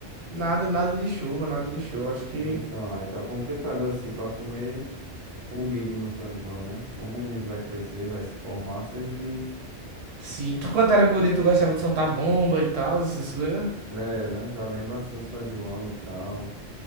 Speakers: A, on the right; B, on the right.
A: nada, nada de chuva, nada de chuva. Acho que.
B: Então, aí tá complicado assim pra comer o milho no São João, né? Como o milho vai crescer, vai se formar, sendo que,
A: Sim. Tu, quando era guri, tu gostava de soltar bomba e tal, essas coisas.
B: é, né? Já lembra assim o São João e tal.